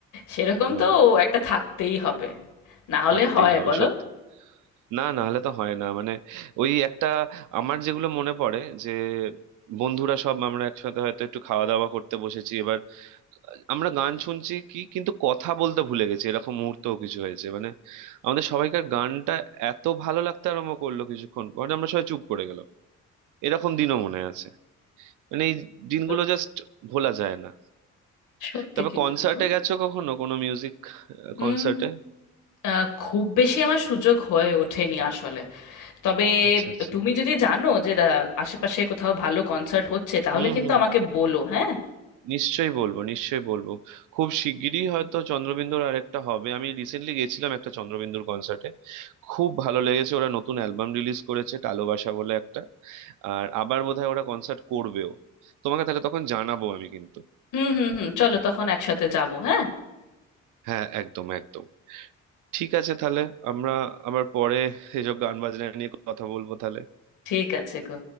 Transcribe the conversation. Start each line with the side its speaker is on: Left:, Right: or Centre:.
Left: সেরকম
Right: হুম
Left: তো একটা থাকতেই হবে না হলে
Right: থাকতেই
Left: হয়
Right: হবে
Left: বলো
Right: সত্যি না না হলে তো হয় না মানে ওই একটা আমার যেগুলো মনে পড়ে যে বন্ধুরা সব আমরা একসাথে হয়তো একটু খাওয়া দাওয়া করতে বসেছি এবার আমরা গান শুনছি কি কিন্তু কথা বলতে ভুলে গেছি এরকম মুহূর্তও কিছু হয়েছে মানে আমাদের সবাইকার গানটা এত ভালো লাগতে আরম্ভ করলো কিছুক্ষণ পর যে আমরা সবাই চুপ করে গেলাম এরকম দিনও মনে আছে মানে এই
Left: সত্যি
Right: দিনগুলো
Left: তো
Right: জাস্ট ভোলা যায় না
Left: সত্যি
Right: তবে
Left: কিন্তু
Right: কনসার্টে
Left: গো
Right: গেছো কখনো কোনো মিউজিক
Left: উম
Right: কনসার্টে
Left: আহ, খুব বেশি আমার সুযোগ হয়ে ওঠেনি আসলে তবে
Right: আচ্ছা আচ্ছা
Left: তুমি যদি জানো যে আহ, আশেপাশে কোথাও ভালো কনসার্ট হচ্ছে তাহলে
Right: হুম
Left: কিন্তু
Right: হুম
Left: আমাকে বলো হ্যাঁ
Right: নিশ্চয়ই বলবো নিশ্চয়ই বলবো খুব শিগগিরই হয়তো চন্দ্রবিন্দুর আরেকটা হবে আমি রিসেন্টলি গেছিলাম একটা চন্দ্রবিন্দুর কনসার্টে খুব ভালো লেগেছে ওরা নতুন অ্যালবাম রিলিজ করেছে টালোবাসা বলে একটা আর আবার বোধহয় ওরা কনসার্ট করবেও তোমাকে তাহলে তখন জানাবো আমি কিন্তু
Left: হুম হুম হুম চলো তখন একসাথে যাবো হ্যাঁ
Right: হ্যাঁ একদম একদম ঠিক আছে তাহলে আমরা আবার পরে এসব গান বাজনা নিয়ে কথা বলবো তাহলে
Left: ঠিক আছে গো